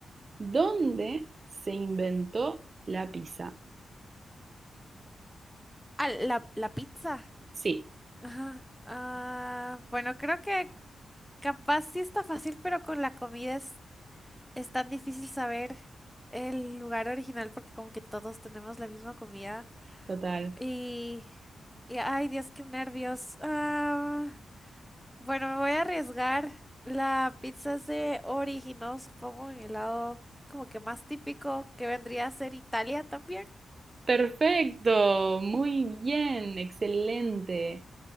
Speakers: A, on the right; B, in the centre.
A: ¿dónde se inventó la pizza?
B: Ah, la, la pizza.
A: Sí,
B: Ajá. Ah, bueno, creo que capaz sí está fácil, pero con la comida es, es tan difícil saber el lugar original porque como que todos tenemos la misma comida.
A: total.
B: Y, y ay, Dios, qué nervios. Ah, bueno, me voy a arriesgar. La pizza se originó, supongo, en el lado como que más típico que vendría a ser Italia también.
A: Perfecto, muy bien, excelente.